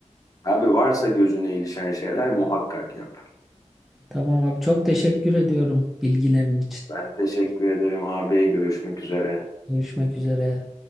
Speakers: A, on the left; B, in the centre.
A: Abi varsa gözüne ilişen şeyler muhakkak yap.
B: Tamam abi çok teşekkür ediyorum bilgilerin için.
A: Ben teşekkür ederim abi. Görüşmek üzere.
B: Görüşmek üzere.